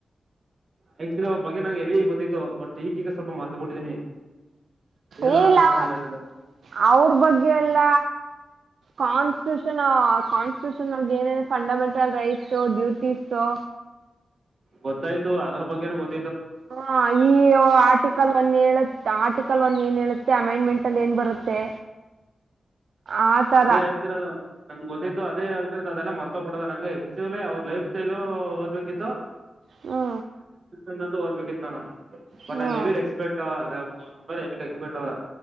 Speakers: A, on the right; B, on the right.
A: ಆಯ್ತಲ್ಲ ಅವ್ರ ಬಗ್ಗೆ ನಂಗೆ ಹೆವಿ ಗೊತ್ತಿತ್ತು ಬಟ್ ಈಗೀಗ ಸ್ವಲ್ಪ ಮಾರ್ತ ಬಿಟ್ಟಿದ್ದೀನಿ ಏನು
B: ಏ
A: ಆನ್ಸರ್
B: ಇಲ್ಲ
A: ಮಾಡಕಯ್ತರ
B: ಅವ್ರ ಅವ್ರ ಬಗ್ಗೆ ಎಲ್ಲ ಕಾನ್ಸ್ಟಿಟ್ಯೂಷನ್ ಕಾನ್ಸ್ಟಿಟ್ಯೂಷನ್ ನ ಏನೇ ಫಂಡಮೆಂಟಲ್ ರೈಟ್ಸು ಡ್ಯೂಟೀಸು
A: ಗೊತ್ತಾಯ್ತು ಅದ ಬಗ್ಗೆನ ಗೊತ್ತ
B: ಹಾ ಈ ಆರ್ಟಿಕಲ್ ಒಂದ ಹೇಳ ಆರ್ಟಿಕಲ್ ಒನ್ ಏನ್ ಹೇಳುತ್ತೆ ಅಮೈಂಡ್ಮೆಂಟ್ ಅಲ್ಲಿ ಏನ್ ಬರುತ್ತೆ ಆ ಥರ
A: ಅದೇ ಹೇಳ್ತೀರಾ ನಂಗೆ ಗೊತ್ತತ್ತುು ಅದೇ ಹೇಳ್ತ ಅದೆಲ್ಲ ಮರ್ತ್ ಬಿಡದ ನಂಗೆ ಆಕ್ಚುಲಿ ಅವ್ರ ಲೈಫ್ ಸ್ಟೈಲು ಓದ್ಬೇಕಿತ್ತು
B: ಹ್ಞೂ
A: ಕನ್ಂತ ಓದಬೇಕಿತ್ತು ನ ನ ಬಟ್
B: ಹ್ಞೂ
A: ನಂಗೆ ಹೆವಿ ರೆಸ್ಪೆಕ್ಟ್ ಹ್ಮ ಬರ ಎಕ್ಸ್ಪರ್ಟ್ ಅ ಅವ